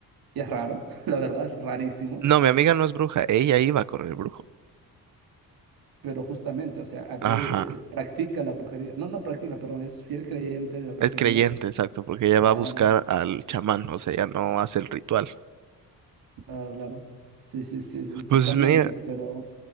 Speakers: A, on the right (about 80°); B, on the right (about 55°).
A: y es raro, <laughs> la verdad, es rarísimo,
B: No, mi amiga no es bruja, ella iba con el brujo.
A: pero justamente, o sea, a qué
B: Ajá,
A: practica la brujería, no, no practica, perdón, es fiel creyente de la brujería,
B: es creyente, exacto, porque ella va
A: claro.
B: a buscar al chamán, o sea, ella no hace el ritual.
A: Claro, claro. Sí, sí, sí, sí, totalmente.
B: Pues mira,
A: Pero